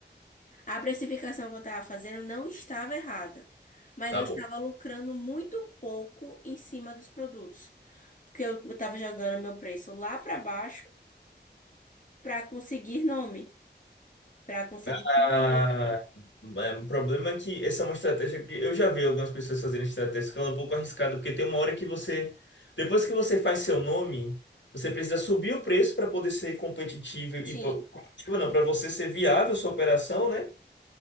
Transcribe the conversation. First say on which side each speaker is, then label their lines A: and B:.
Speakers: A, on the left (about 45°); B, on the left (about 85°).
A: A precificação que eu estava fazendo não estava errada, mas
B: Tá
A: eu estava
B: bom.
A: lucrando muito pouco em cima dos produtos, porque eu estava jogando meu preço lá para baixo para conseguir nome, para conseguir
B: Ah,
A: cliente.
B: é um problema é que essa é uma estratégia que eu já vi algumas pessoas fazerem estratégia que ela é um pouco arriscada, porque tem uma hora que você, depois que você faz seu nome, você precisa subir o preço para poder ser competitivo e
A: Sim,
B: pô, competitivo não, para você ser viável sua operação, né?